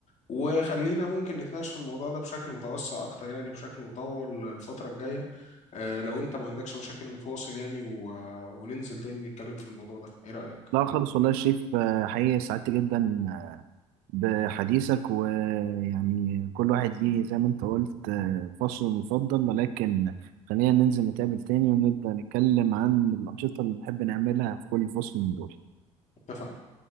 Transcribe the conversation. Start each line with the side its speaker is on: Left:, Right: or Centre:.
Left: وخلينا ممكن نتناقش في الموضوع ده بشكل متوسع اكتر يعني بشكل مطول الفترة الجاية آه، لو انت ما عندكش مشاكل نتواصل يعني و- وننزل تاني نتكلم في الموضوع ده ايه رأيك
Right: لا خالص والله يا شريف آه، حقيقي سعدت جدا بحديثك ويعني كل واحد ليه زي ما انت قلت آه، فصل مفضل ولكن خلينا ننزل نتقابل تاني ونبدأ نتكلم عن الأنشطة اللي بنحب نعملها في كل فصل من دول
Left: اتفقنا